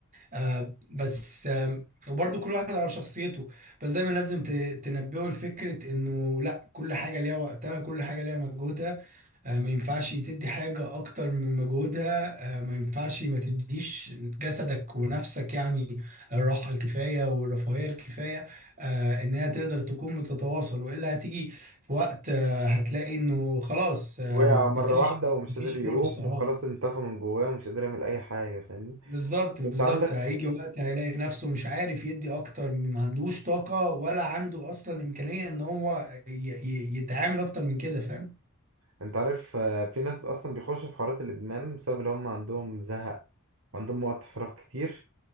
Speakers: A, on the right; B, on the right.
A: آه بس آه وبرضه كل واحد على شخصيته بس دايما لازم ت- تنبهه لفكرة انه لا كل حاجة ليها وقتها كل حاجة ليها مجهودها آه ما ينفعش تدي حاجة اكتر من مجهودها آه ما ينفعش ما تديش جسدك ونفسك يعني الراحة الكفاية والرفاهية الكفاية آه ان هي تقدر تكون بتتواصل والا هتيجي في وقت آه هتلاقي انه خلاص آه
B: وقع
A: مفيش
B: مره واحده ومش
A: مفيش
B: قادر يقوم
A: فرصة اه
B: وخلاص انطفى من جواه ومش قادر يعمل اي حاجه فاهمني
A: بالظبط بالظبط
B: انت عندك
A: هيجي وقت هيلاقي نفسه مش عارف يدي اكتر ما عندوش طاقة ولا عنده اصلا امكانية ان هو ي- ي- يتعامل اكتر من كده فاهم
B: انت عارف آه، في ناس اصلا بيخشوا في حوارات الادمان بسبب ان هم عندهم زهق وعندهم وقت فراغ كتير